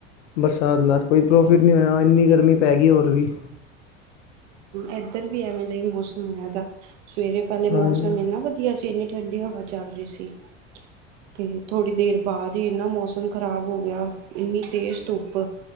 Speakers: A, on the left (about 85°); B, on the right (about 75°).
A: ਬਰਸਾਤ ਨਾਲ ਕੋਈ ਪ੍ਰੋਫਿਟ ਨੀ ਹੋਇਆ ਏਨੀ ਗਰਮੀ ਪੈ ਗਈ ਹੋਰ ਵੀ
B: ਏਧਰ ਵੀ ਐਵੇਂ ਦਾ ਈ ਮੌਸਮ ਹੋਯਾ ਦਾ ਸਵੇਰੇ ਪੈਲਾ
A: ਹਾਂਜੀ
B: ਮੌਸਮ ਏਨਾ ਵਧੀਆ ਸੀ ਏਨੀ ਠੰਡੀ ਹਵਾ ਚੱਲ ਰਹੀ ਸੀ ਤੇ ਥੋੜੀ ਦੇਰ ਬਾਦ ਈ ਏਨਾਂ ਮੌਸਮ ਮੌਸਮ ਖ਼ਰਾਬ ਹੋ ਗਿਆ ਏਨੀ ਤੇਜ਼ ਧੁੱਪ